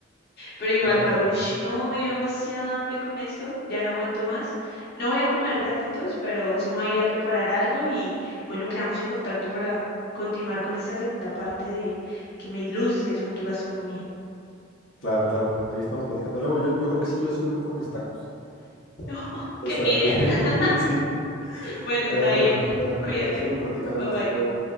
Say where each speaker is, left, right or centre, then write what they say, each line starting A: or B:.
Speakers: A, on the left (about 50°); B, on the left (about 80°).
A: pero igual,
B: No,
A: Raúl,
B: claro,
A: ush, no, me dio demasiada hambre con esto, ya no aguanto más. No voy a comer taquitos, pero sí me voy a ir a preparar algo y bueno, quedamos en contacto para continuar con esta segunda parte de que me ilustres con tu gastronomía.
B: claro, claro. Ahí estamos platicando. Luego yo, yo creo que sí, yo sí voy por mis tacos.
A: <laughs>
B: O
A: ¡Qué
B: sea,
A: envidia!
B: ahí- <laughs>
A: <laughs>
B: sí.
A: Bueno,
B: <laughs>
A: está
B: A bueno,
A: bien. <laughs>
B: a
A: Cuídate.
B: ahí seguimos platicando.
A: Bye bye.
B: Hasta luego.